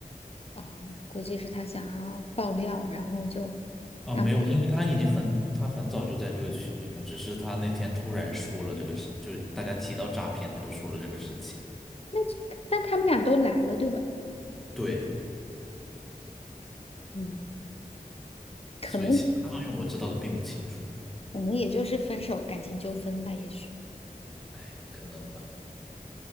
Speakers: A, on the left (about 40°); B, in the centre.
A: 哦，估计是他想要爆料，然后就
B: 啊，
A: 让
B: 没有，因为他已经很，他很早就在这个群里了，只是他那天突然说了这个事，就大家提到诈骗，他就说了这个事情。
A: 那那他们俩都来了，对吧？
B: 对，
A: 嗯，可能
B: 所以其他方面我知道的并不清楚，
A: 可能也就是分手，感情纠纷吧，也许。
B: 哎，可能吧。